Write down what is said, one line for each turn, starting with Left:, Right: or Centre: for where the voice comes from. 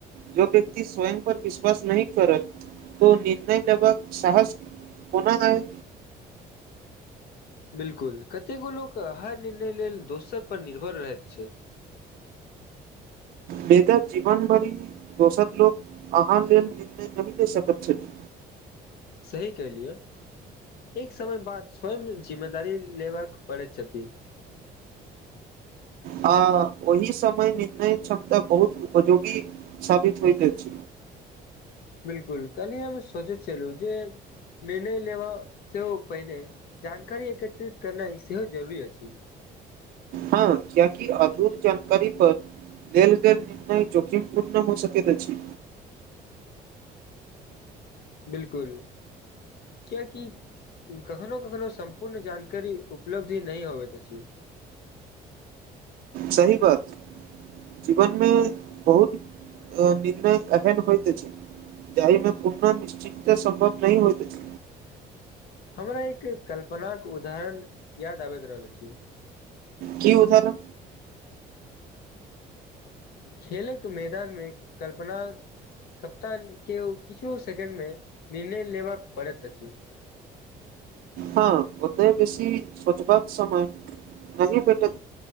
Right: जो व्यक्ति स्वयं पर विश्वास नहि करत तो निर्णय लेभक साहस कोना अइ
Left: बिलकुल कतेको लोक हर निर्णय लेल दोसरपर निर्भर रहैत छै।
Right: बेदा जीवन भरि दोसर लोक अहाँ लेल निर्य नहि ले सकैत छथि
Left: सही कलियौ एक समय बाद स्वयं जिम्मेदारी लेबऽ पड़ैत छथि
Right: आ ओहि समय निर्णय क्षमता बहुत उपयोगी साबित होइत अइछ।
Left: बिलकुल कल्हि हम सोच छलहु जे निर्णय लेबऽ सेहो पहिने जानकारी एकत्रित करनाइ सेहो जरूरी अछि
Right: हँ क्या की अधूर जानकारी पर देल गेल निर्णय जोखिम पूर्ण हो सकैत अछि
Left: बिलकुल क्य की कखनो - कखनो सम्पूर्ण जानकारी उपलब्धी नहि होबैत अछि
Right: सही बात जीवन मे बहुत अ निर्णय एहन होइत अछि। जाहि में पुनः निश्चितत सम्भव नहि होइत अछि
Left: हमरा एक कल्पनाक उदाहरण याद आबैत रहल अछि।
Right: की उदाहरण
Left: खेलक मैदा मे कल्पना- - कप्तान के किछु सेकेंड मे निर्णय लेबाक पड़ैत अछि।
Right: हँ ओते बेसी सचबाक समय -- कन पट